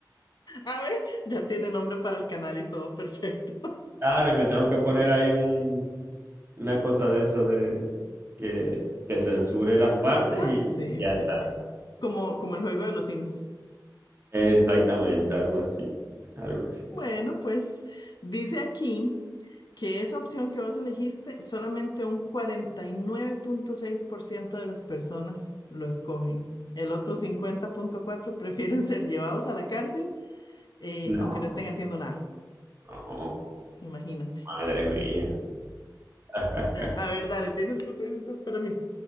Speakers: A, on the left (about 65°); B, on the right (about 30°).
A: A ver, ya tiene nombre para el canal y todo, <laughs> perfecto.
B: Claro, y me tengo que poner ahí un, una cosa de esa de que, que censure las partes
A: Ah,
B: y
A: sí,
B: ya
A: sí,
B: está.
A: sí. Como, como el juego de los Sims.
B: Exactamente, algo así, algo así.
A: Bueno, pues dice aquí que esa opción que vos elegiste, solamente un cuarenta y nueve punto seis por ciento de las personas lo escogen. El otro 50.4% prefieren <laughs> ser llevados a la cárcel, eh,
B: No,
A: aunque no estén haciendo nada.
B: no,
A: Imagínate.
B: madre mía. <laughs>
A: A ver, dale, tienes tus preguntas para mí.